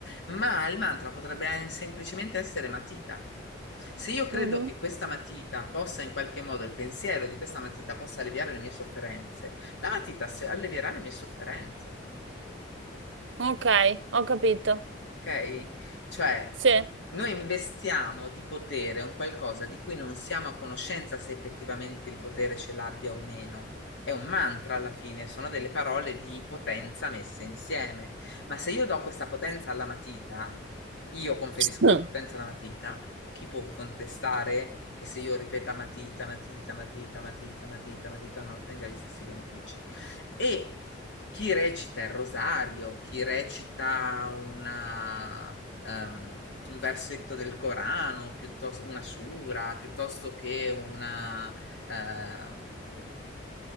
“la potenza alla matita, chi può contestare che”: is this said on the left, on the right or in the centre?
Left